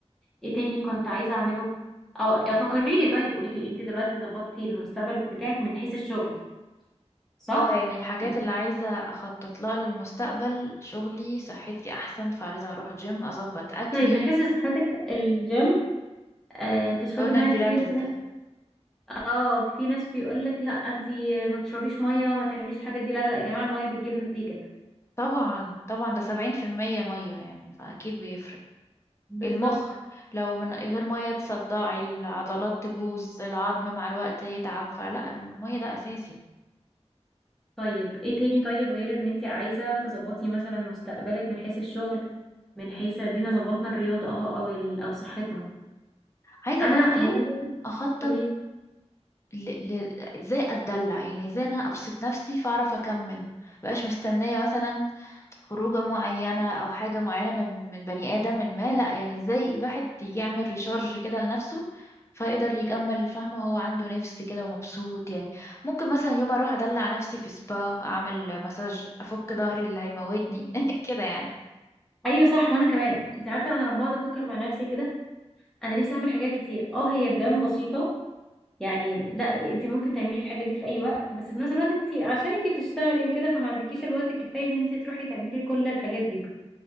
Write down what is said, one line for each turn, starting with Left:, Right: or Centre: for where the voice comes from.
Centre: ايه تاني كنت عايزة اعمله اه فكري لي طيب قولي لي انت دلوقتي ظبطتي المستقبل بتاعك من حيث الشغل صح
Left: اه يعني الحاجات
Centre: انت
Left: اللي عايزة اخطط لها للمستقبل شغلي صحتي احسن فلازم اروح جيم اظبط اكلي
Centre: طيب من حيث صحتك الجيم آه تشربي
Left: قلنا
Centre: ميه
Left: البيلاتس
Centre: كتير في
Left: ده
Centre: ناس اه في ناس بيقولك لا انتي ما تشربيش ميه ما تعمليش الحاجات دي لا لا لا يا جماعه الميه بتجيب نتيجه
Left: طبعا طبعا ده سبعين في المية مية يعني فاكيد بيفرق
Centre: بالظبط
Left: المخ لو من غير مية تصدعي العضلات تبوظ العظم مع الوقت يتعب فلا المية ده اساسي
Centre: طيب ايه تاني طيب غير ان انتي عايزه تظبطي مثلا مستقبلك من حيث الشغل من حيث دينا ظبطنا الرياضه اهو او ال... او صحتنا
Left: عايزة
Centre: انا
Left: برضو
Centre: يعني أنا كنت-
Left: اخطط
Centre: قولي
Left: ل... ل... ازاي اتدلع يعني ازاي إن انا ابسط نفسي فاعرف اكمل مبقاش مستنية مثلا خروجة معينة أو حاجة معينة من من بني آدم من ما لأ يعني ازاي الواحد يعمل ريشارج كده لنفسه فيقدر يكمل فاهمة هو عنده نفس كده ومبسوط يعني ممكن مثلا يوم أروح أدلع نفسي في سبا أعمل مساج أفك ظهري اللي هيموتني <laughs> كده يعني
Centre: ايوه صح وانا كمان انت عارفه انا لما بقعد افكر مع نفسي كده انا نفسي اعمل حاجات كتير اه هي تبان بسيطه يعني لا انت ممكن تعملي الحاجات دي في اي وقت بس في نفس الوقت انت عشان انت بتشتغلي وكده فما عندكيش الوقت الكفايه ان انت تروحي تعملي كل الحاجات دي